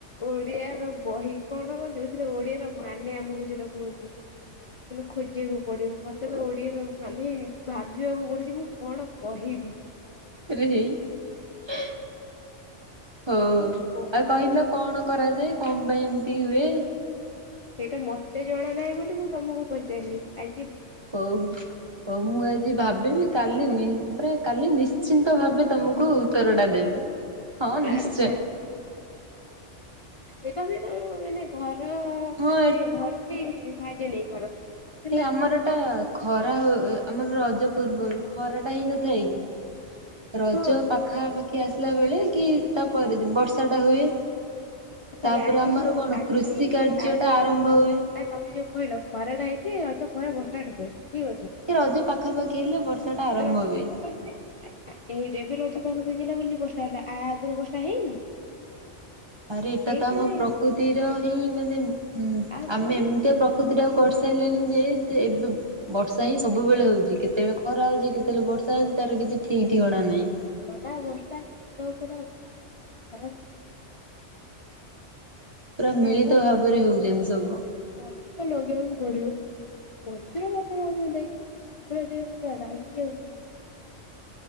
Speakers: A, on the left; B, on the right.
A: ଓଡିଆର ବହି କଣ ହବ ଯଉଥିରେ ଓଡିଆର ମାନେ ଆମକୁ ଯଉଟା କୁହନ୍ତି। ମାନେ ଖୋଜିବାକୁ ପଡିବ ମତେ ତ ଓଡିଆର ମାନେ ଭାବିବାକୁ ପଡୁଚି, ମୁଁ କଣ କହିବି?
B: ରେ ହେଇ <unintelligible> ହଉ
A: କଣ
B: ଆଉ।
A: କହିବ
B: କହିଲ କଣ କରାଯାଏ? କଣ ପାଇଁ ଏମିତି ହୁଏ?
A: ସେଇଟା ମତେ ଜଣା ନାଇଁ ବୋଲି ମୁଁ ତମକୁ ପଚାରିଲି। ଆ
B: ହଉ ହଉ ହଉ। ମୁଁ ଆଜି ଭାବିବି କାଲି
A: କଣ
B: ମି ପୁରା କାଲି ନିଶ୍ଚିନ୍ତ ଭାବେ ତମକୁ ଉତ୍ତର ଟା ଦେବି। ହଁ ନିଶ୍ଚୟ।
A: ଆଚ୍ଛା ଆଚ୍ଛା। ତମେ ତମ ମାନେ ଘରେ ର
B: ହଁ
A: ମାନେ ଘରୁ ବି ସାହାଯ୍ୟ ନେଇପାର। ହେଲା।
B: ସେ ଆମର ଏଟା ଖରା ହୁ ଆମର ର ରଜ ପୂର୍ବରୁ ଖରାଟା ହେଇନଥାଏ କି? ରଜ
A: ହଁ।
B: ପାଖାପାଖ- ଆସିଲା ବେଳେ କି ତାପରେ ବର୍ଷା ଟା ହୁଏ।
A: ତାହେଲେ
B: ତାପରେ
A: ଆଜି
B: ଆମର
A: ଯଉ
B: କଣ
A: ଆଜି
B: କୃଷି କାର୍ଯ୍ୟ
A: ଆଜି
B: ଟା ଆରମ୍ଭ
A: ହଁ ନା
B: ହୁଏ।
A: ତମେ ଯଉ କହିଲ ଖରା ଟା ହେଇଚି। ରଜ ପରେ ବର୍ଷାଟା ହୁଏ। ଠିକ ଅଛି।
B: କି ରଜ ପାଖାପାଖି ହେଲେ ବର୍ଷା ଟା ଆରମ୍ଭ
A: ରଜ
B: ହୁଏ।
A: ପାଗ ଏହି ଯେବେ ରଜ ପାଗ। ବୁଝିଲ ବୋଲି ବର୍ଷା ହେଲା। ଆ ଆଗରୁ ବର୍ଷା ହେଇନି?
B: ଆରେ ଏଇଟା
A: ହେଇଛି
B: ତ ଆମ
A: ନା ହେଇନି
B: ପ୍ରକୃତିର ହିଁ ମାନେ ଉଁ
A: ଆଉ
B: ଆମେ
A: ପୁଣି
B: ଏମିତିଆ ପ୍ରକୃତି ଟାକ କରିସାରିଲେଣି ଯେ ସେ ଏବେ ବର୍ଷା ହିଁ ସବୁବେଳେ ହଉଚି। କେତେବେଳେ ଖରା ହଉଚି କେତେବେଳେ ବର୍ଷା ହେଉଚି ତାର କିଛି ଠିକ ଠିକଣା ନାହିଁ।
A: ଖରା, ବର୍ଷା, ଶୀତ ପୁରା ଖରା ଯାଇନାହିଁ।
B: ପୁରା
A: ନ ନା
B: ମିଳିତ
A: ମୁଁ
B: ଭାବରେ
A: କହି <unintelligible>
B: ହଉଛନ୍ତି ସବୁ।
A: ଗଛ ଲଗେଇବାକୁ ପଡିବ। ବଜ୍ର ପାତ ରୁହନ୍ତା କି? ଇନ୍ଦ୍ରଦେବ ପୁରା ରାଗି ଯାଉନ